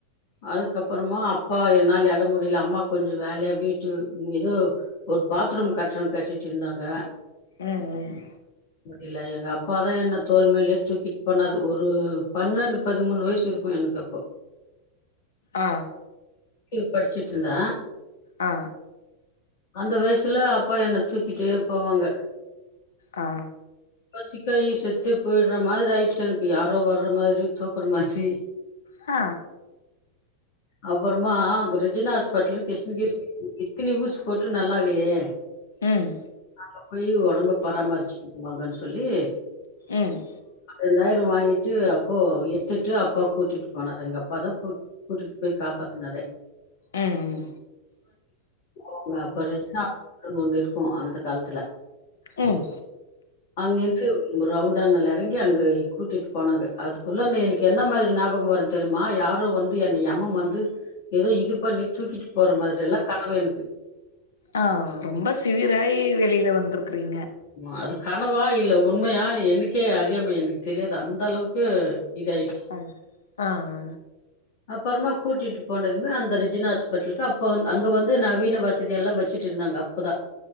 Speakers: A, on the left; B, on the left.
A: அதுக்கப்புறமா அப்பா என்னால எல முடில அம்மா கொஞ்சோ வேலயா வீட்டு எதோ ஒரு பாத்ரூம் கற்றோ கட்டிட் இருந்தாங்க
B: ம் ம்
A: இல்ல எங்க அப்பாதா என்ன தோல்மேலயே தூக்கிட் போனாரு ஒரு பன்னெண்டு பதிமூணு வயிசு இருக்கு எனக்கு அப்போ
B: ஆ
A: இப் படுச்சுட்ருந்த
B: அ
A: அந்த வயிசுல அப்பா என்ன தூக்கிட்டே போவாங்க
B: ஆ
A: சிக்காயி செத்து போயிடுற மாதர ஆயிருச்சு எனக்கு யாரோ வர மாதிரி தூக்குற மாதிரி
B: அ
A: அப்புறமா குறி ஜின ஹாஸ்பிட்டலு கிருஷ்ணகிரி <inaudible> இத்தனை ஊசி போட்டு நல்லாகலையே
B: ம்
A: அங்க போய் ஒடம்பு பராமருச்சுட்டுவாங்கன்ஸ் சொல்லி
B: ம்
A: ரெண்டாயிரோ வாங்கிட்டு அப்போ எடுத்துட்டு அப்பா கூட்டிட்டு போனாரு எங்க அப்பா தா கூட் கூட்டிட்டு போய் காப்பாத்துனாரு
B: ம் ம்
A: உங்க அப்பாரு <inaudible> குன் ஒன்னு இருக்கு அந்த காலத்துல
B: ம்
A: அங்க இருந்து ரவுண்டண்ணல்ல எறங்கி அங்க கூட்டிட்டு போனாங்க அதுக்குள்ள எனக்கு என்ன மாதிரி ஞாபகோ வரு தெரிமா யாரோ வந்து என்னைய எமம் வந்து எதோ இது பண்ணி தூக்கிட்டு போற மாரி எல்லா கனவு எனக்கு
B: அ ரொம்ப சிவியராயி வெளில வந்துருக்குறீங்க
A: ஆமா அது கனவா இல்ல உண்மையா எனக்கே அறியாமே எனக்கு தெரியாது அந்த அளவுக்கு இதாயிடுச்சு
B: அ ஆ ஆ
A: அப்புறமா கூட்டிட்டு போனதுமே அந்த ரிஜினா ஹாஸ்பிட்டலுக்கு அப்போ அங்க வந்து நவீன வசதி எல்லா வெச்சுட்டு இருந்தாங்க அப்பதா